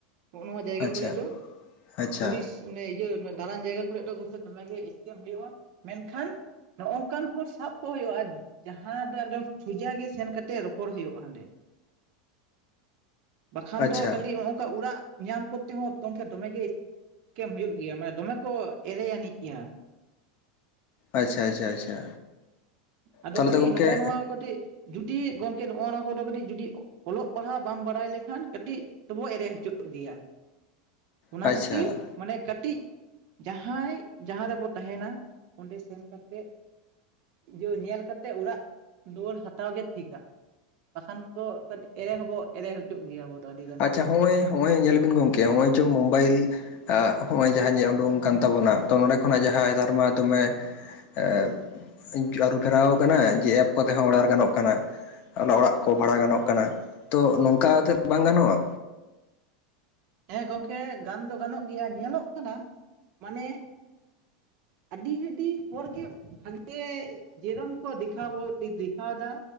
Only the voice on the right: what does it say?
ᱱᱚᱜᱼᱚ ᱱᱚᱣᱟ ᱡᱟᱭᱜᱟ
ᱠᱚᱨᱮᱜ ᱫᱚ
ᱴᱩᱨᱤᱥᱴ ᱢᱟᱱᱮ ᱤᱭᱟᱹ ᱫᱟᱲᱟᱱ ᱡᱟᱭᱜᱟ ᱠᱚᱨᱮ ᱫᱚ ᱜᱚᱝᱠᱮ ᱫᱚᱢᱮᱜ ᱜᱮ ᱮᱥᱠᱮᱢ ᱦᱳᱭᱳᱜᱼᱟ, ᱢᱮᱱᱠᱷᱟᱱ ᱱᱚᱜ-ᱠᱟᱱ ᱦᱚᱲ ᱥᱟᱵ ᱠᱚ ᱦᱳᱭᱳᱜᱼᱟ ᱡᱟᱦᱟᱸ ᱫᱚ ᱮᱠᱫᱚᱢ ᱥᱳᱚᱡᱟ ᱜᱮ ᱥᱮᱱ ᱠᱟᱛᱮ ᱛᱮ ᱨᱚᱯᱚᱲ ᱦᱳᱭᱳᱜᱼᱟ ᱦᱟᱸᱰᱮ᱾ ᱵᱟᱠᱷᱟᱱ
ᱫᱚ ᱠᱟᱹᱴᱤᱡ
ᱱᱚᱸᱜᱝᱼᱠᱟ ᱚᱲᱟᱜ ᱧᱟᱢ ᱠᱚ ᱛᱮ ᱦᱚᱸ ᱜᱚᱝᱠᱮ ᱫᱚᱢᱮ ᱜᱮ ᱮᱥᱠᱮᱢ ᱦᱳᱭᱳᱜ ᱜᱮᱭᱟ, ᱢᱟᱱᱮ ᱫᱚᱢᱮ ᱠᱚ ᱮᱲᱮᱭᱟᱱᱤᱡ ᱜᱮᱭᱟ᱾
ᱟᱫᱚ
ᱠᱟᱹᱴᱤᱡ
ᱱᱚᱜᱼᱚ ᱱᱚᱣᱟ ᱠᱚ ᱠᱟᱹᱴᱤᱡ ᱡᱩᱫᱤ ᱜᱚᱝᱠᱮ ᱱᱚᱜᱼᱚ ᱱᱚᱣᱟ ᱠᱚᱫᱚ ᱠᱟᱹᱴᱤᱡ ᱡᱩᱰᱤ ᱚᱞᱚᱜ ᱯᱟᱲᱦᱟᱣ ᱵᱟᱢ ᱵᱟᱰᱟᱭ ᱞᱮᱠᱷᱟᱱ ᱠᱟᱹᱴᱤᱡ ᱛᱚᱵᱚ ᱮᱲᱮ ᱦᱚᱪᱚᱜ ᱜᱮᱭᱟ᱾ ᱚᱱᱟ
ᱠᱷᱟᱹᱛᱤᱨ ᱢᱟᱱᱮ ᱠᱟᱹᱴᱤᱡ ᱡᱟᱦᱟᱸᱭ ᱡᱟᱦᱟᱸ ᱨᱮᱵᱚ ᱛᱟᱦᱮᱱᱟ ᱚᱸᱰᱮ ᱥᱮᱱ ᱠᱟᱛᱮᱮᱫ ᱵᱩᱡᱟᱣ ᱧᱮᱞᱠᱟᱛᱮ ᱚᱲᱟᱜ ᱫᱩᱣᱟᱹᱨ ᱦᱟᱛᱟᱣᱜᱮ ᱴᱷᱤᱠᱟ᱾ ᱵᱟᱠᱷᱟᱱ ᱠᱚ ᱠᱟᱹᱴᱤᱡ ᱮᱲᱮ ᱦᱚᱸᱵᱚ ᱮᱲᱮ ᱦᱚᱪᱚᱜ ᱜᱮᱭᱟ ᱟᱵᱚ ᱫᱚ ᱟᱹᱰᱤᱜᱟᱱ
ᱦᱚᱲᱜᱮ᱾
ᱦᱮᱸ ᱜᱚᱝᱠᱮ ᱜᱟᱱ ᱫᱚ ᱜᱟᱱᱚᱜ ᱜᱮᱭᱟ ᱧᱮᱞᱚᱜ ᱠᱟᱱᱟ ᱢᱟᱱᱮ ᱟᱹᱰᱤ ᱟᱹᱰᱤ ᱦᱚᱲ ᱜᱮ ᱵᱷᱟᱜᱮ ᱡᱮᱨᱮᱚᱢ ᱠᱚ ᱫᱮᱠᱷᱟᱣ ᱟᱵᱚᱫ ᱫᱮᱠᱷᱟᱣ ᱫᱟ᱾